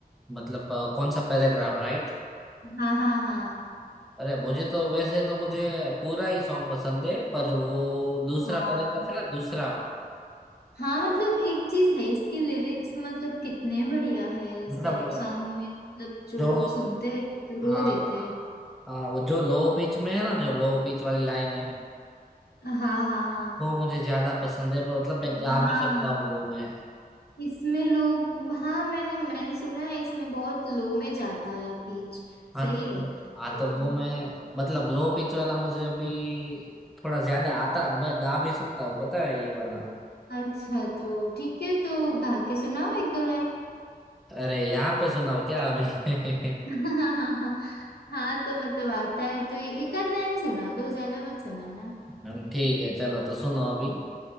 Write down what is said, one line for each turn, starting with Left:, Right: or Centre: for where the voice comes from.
Centre: मतलब अ, कौन सा पैराग्राफ राइट
Left: हाँ हाँ हाँ
Centre: अरे मुझे तो वैसे तो मुझे पूरा ही सॉन्ग पसंद है पर वो दूसरा
Left: हाँ
Centre: पैराग्राफ है ना दूसरा
Left: हाँ मतलब एक चीज है इसके लिरिक्स मतलब कितने बढ़िया है
Centre: मतलब
Left: सैड सॉन्ग में मतलब जो
Centre: जो
Left: लोग सुनते हैं तो
Centre: हाँ
Left: रो देते
Centre: हाँ
Left: हैं
Centre: हाँ, वो जो लो पिच में है ना जो लो पिच वाली लाइन है
Left: हाँ हाँ हाँ
Centre: वो मुझे ज्यादा पसंद है मतलब मैं गा
Left: हाँ
Centre: भी सकता हूँ वो मैं
Left: इसमें लोग हाँ मैंने मैंने सुना है इसमें बहुत लो में जाता है बीच
Centre: हाँ
Left: सही
Centre: तो
Left: है तो
Centre: हाँ तो वो मैं मतलब लो पिच वाला मुझे अभी थोड़ा ज्यादा आता मैं गा भी सकता हूँ पता है ये वाला
Left: अच्छा तो ठीक है तो गा के सुनाओ एक दो लाइन
Centre: अरे यहाँ पे सुनाओ क्या अभी
Left: <laughs>
Centre: <laughs>
Left: हाँ हाँ तो मतलब आता है तो एक आध लाइन सुना दो ज्यादा मत सुनाना
Centre: हम ठीक है चलो तो सुनो अभी